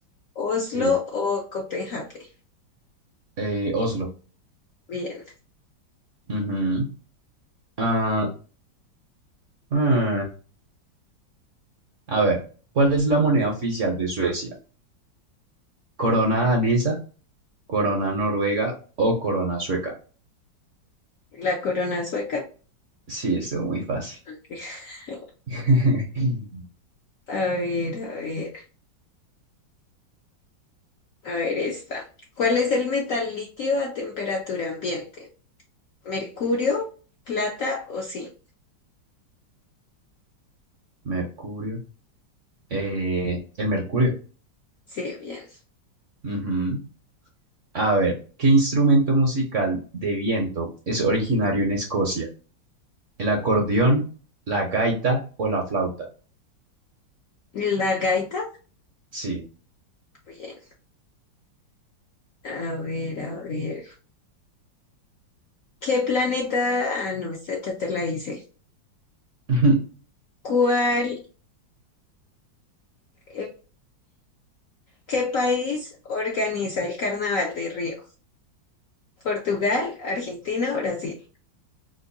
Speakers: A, on the left; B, on the right.
A: Oslo
B: Sí.
A: o Copenhague?
B: Eh, Oslo.
A: Bien,
B: Ujú. Ah, ah. A ver, ¿cuál es la moneda oficial de Suecia? ¿Corona danesa, corona noruega o corona sueca?
A: la corona sueca.
B: Sí, estuvo muy fácil.
A: <laughs>
B: <laughs>
A: A ver, a ver, a ver esta. ¿Cuál es el metal líquido a temperatura ambiente? ¿Mercurio, plata o zinc?
B: Mercurio. eh, el mercurio.
A: Sí, bien.
B: Ujú. A ver, ¿qué instrumento musical de viento es originario en Escocia? ¿El acordeón, la gaita o la flauta?
A: ¿La gaita?
B: Sí.
A: Bien. A ver, a ver. ¿Qué planeta? Ah, no, esta ya te la hice.
B: <laughs>
A: ¿Cuál, eh, qué país organiza el Carnaval de Río? ¿Portugal, Argentina o Brasil?